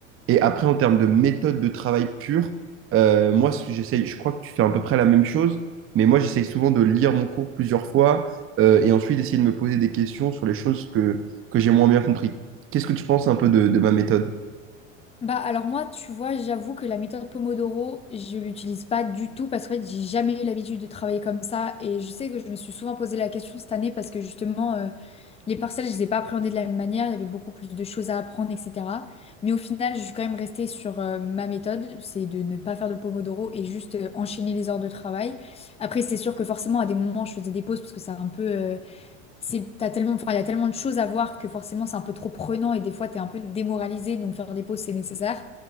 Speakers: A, on the right; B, on the left.
A: Et après, en termes de méthode de travail pure, euh, moi, ce que j'essaye, je crois que tu fais à peu près la même chose, mais moi, j'essaye souvent de lire mon cours plusieurs fois euh, et ensuite d'essayer de me poser des questions sur les choses que, que j'ai moins bien compris. Qu'est-ce que tu penses un peu de, de ma méthode?
B: Bah alors moi, tu vois, j'avoue que la méthode Pomodoro, je l'utilise pas du tout parce que en fait, j'ai jamais eu l'habitude de travailler comme ça et je sais que je me suis souvent posé la question cette année parce que justement euh, les parcelles, je les ai pas appréhendées de la même manière, il y avait beaucoup plus de choses à apprendre, etc. Mais au final, je suis quand même restée sur euh, ma méthode, c'est de ne pas faire de Pomodoro et juste euh, enchaîner les heures de travail. Après, c'est sûr que forcément à des moments, je faisais des pauses parce que c'est un peu euh, c'est, t'as tellement, enfin, il y a tellement de choses à voir que forcément c'est un peu trop prenant et des fois t'es un peu démoralisé, donc faire des pauses c'est nécessaire.